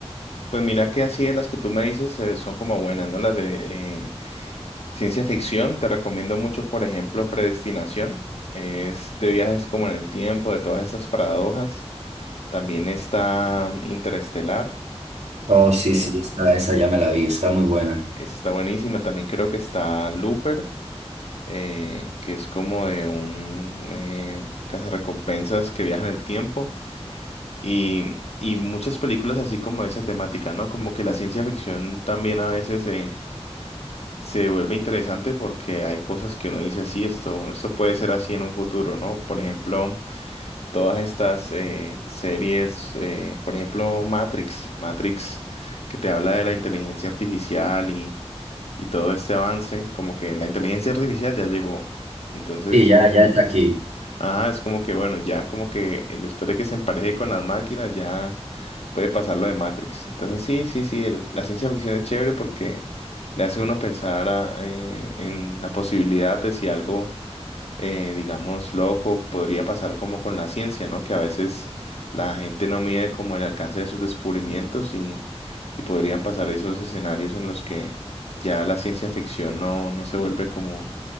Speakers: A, on the left; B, on the right.
A: Pues mira que así de las que tú me dices eh, son como buenas, ¿no? Las de eh, ciencia ficción, te recomiendo mucho, por ejemplo, Predestinación. Este viaje es como en el tiempo, de todas esas paradojas. También está Interestelar.
B: Oh, sí,
A: eh,
B: sí, esa, esa ya me la vi, está muy buena.
A: esa está buenísima. También creo que está Looper, eh, que es como de un eh, cazarrecompensas que viaja en el tiempo. Y, y muchas películas así como esa temática, ¿no? Como que la ciencia ficción también a veces eh, se vuelve interesante porque hay cosas que uno dice, sí, esto, esto puede ser así en un futuro, ¿no? Por ejemplo. todas estas eh, series, eh, por ejemplo, Matrix, Matrix, que te habla de la inteligencia artificial y, y todo este avance, como que la inteligencia artificial ya llegó. Entonces
B: Sí,
A: es
B: ya,
A: como,
B: ya está aquí.
A: ajá, es como que bueno, ya como que eh, después de que se empareje con las máquinas, ya puede pasar lo de Matrix. Entonces sí, sí, sí, el- la ciencia ficción es chévere porque le hace uno pensar a- eh, en la posibilidad de si algo eh, digamos, loco, podría pasar como con la ciencia, ¿no? Que a veces la gente no mide como el alcance de sus descubrimientos y, y podrían pasar esos escenarios en los que ya la ciencia ficción no, no se vuelve como,